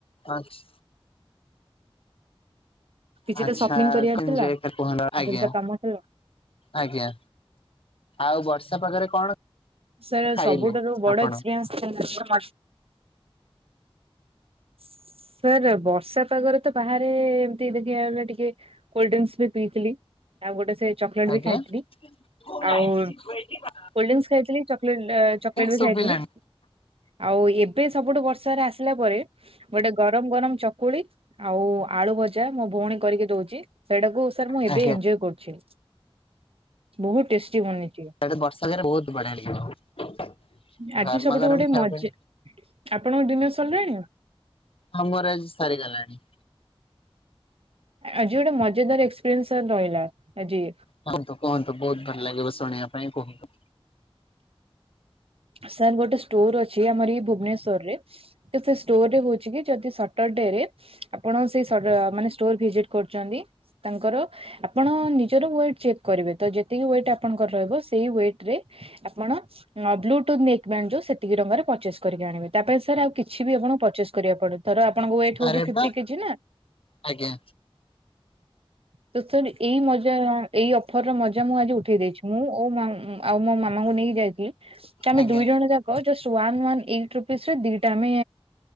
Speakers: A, on the left; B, on the right.
A: ଆଚ୍ଛ୍।
B: କିଛିଟା
A: ଆଚ୍ଛା
B: ସପିଂ
A: <unintelligible>
B: କରିବାର
A: କୁହନ୍ତୁ
B: ଥିଲା
A: ଆଜ୍ଞା।
B: କିଛିଟା କାମ ଥିଲା।
A: ଆଜ୍ଞା, ଆଉ ବର୍ଷା ପାଗରେ କ'ଣ
B: ସାର୍
A: ଖାଇଲେ
B: ସବୁଠାରୁ ବଡ
A: ଆପଣ
B: ଏକ୍ସପିରିନ୍ସ ଜିଓ ମାଟ୍। ସାର୍ ବର୍ଷା ପାଗରେ ତ ବାହାରେ ଏମତି ଦେଖିଗଲା ଟିକେ କୋଲ୍ଡରୀଙ୍କସ୍ ବି ପିଇଥିଲି ଆଉ ଗୋଟେ ସେ ଚକୋଲେଟ୍
A: ଆଜ୍ଞା?
B: ବି ଖାଇଥିଲି।
A: ଆଜ୍ଞା
B: ଆଉ କୋଲ୍ଡରୀଙ୍କସ୍ ଖାଇଥିଲି। ଚଲେଟ ଆ ଚଲେଟ ବି
A: ଶୁଭିଲାଣି
B: ଖାଇଥିଲି। ଆଉ ଏବେ ସବୁଠୁ ବର୍ଷାରେ ଆସିଲା ପରେ ଗୋଟେ ଗରମ ଗରମ ଚକୁଳି ଆଉ ଆଳୁ ଭଜା ମୋ ଭଉଣୀ କରିକି ଦଉଛି। ସେଇଟାକୁ ସାର୍
A: ଆଜ୍ଞା।
B: ମୁଁ ଏବେ ଏଞ୍ଜୟ କରୁଛି ବହୁତ୍ ଟେଷ୍ଟି ବନେଇଛି।
A: ସେଟା ବର୍ଷା <unintelligible> ବହୁତ୍ ବଢ଼ିଆ ଲାଗିବ।
B: ଆଜି
A: ଗରମା
B: ସବୁଠୁ
A: ଗରମ
B: ଗୋଟେ
A: ଖାଇବା
B: ମଜା
A: ପାଇଁ।
B: ଆପଣଙ୍କ ଡିନର୍ ସରିଲାଣି?
A: ହଁ ମୋର ଆଜି ସରିଗଲାଣି।
B: ଆଜି ଗୋଟେ ମଜାଦାର ଏକ୍ସପିରିଏନ୍ସ୍ ସାରେ ରହିଲା ଆଜି।
A: କୁହନ୍ତୁ କୁହନ୍ତୁ ବହୁତ୍ ଭଲ ଲାଗିବ ଶୁଣିବା ପାଇଁ କୁହନ୍ତୁ।
B: ସାର୍ ଗୋଟେ ଷ୍ଟୋର ଅଛି ଆମର ଏଇ ଭୁବନେଶ୍ଵର ରେ। ସେ ଷ୍ଟୋର୍ ରେ ହଉଛି କି ଯଦି ସଟର ଡେ ରେ ଆପଣ ସେ ସଟ ମାନେ ଷ୍ଟୋର ଭିଜିଟ୍ କରୁଛନ୍ତି ତାଙ୍କର ଆପଣ ନିଜର ୱେଟ୍ ଚେକ୍ କରିବେ ତ ଯେତିକି ୱେଟ୍ ଆପଣଙ୍କର ରହିବ ସେଇ ୱେଟ୍ ରେ ଆପଣ <unintelligible> <unintelligible> ସେତିକି ଟଙ୍କା ରେ ପରଚେସ୍ କରିକି ଆଣିବେ ତାପରେ ସାର୍ ଆଉ କିଛି ବି ଆପଣଙ୍କୁ ପରଚେସ୍ କରିବାକୁ ପଡ଼ୁ ଧର ଆପଣଙ୍କ ୱେଟ୍ ହଉଛି
A: ଆରେ
B: ଫିଫ୍ଟି
A: ବା
B: କେଜି ନା
A: ଆଜ୍ଞା
B: ତ ସାରେ ଏଇ ମଜା ଏଇ ଅଫର ର ମଜା ମୁଁ ଆଜି ଉଠେଇ ଦେଇଛି ମୁଁ ଓ <unintelligible> ଆଉ ମୋ ମାମାଙ୍କୁ ନେଇକି ଯାଇଥିଲି। କି ଆମେ
A: ଆଜ୍ଞା
B: ଦୁଇ ଜଣ ଯା ହଁ ଜଷ୍ଟ୍ ୱାନ୍ ୱାନ୍ <unintelligible> ରୁପିସ୍ ରେ ଦିଟା ଆମେ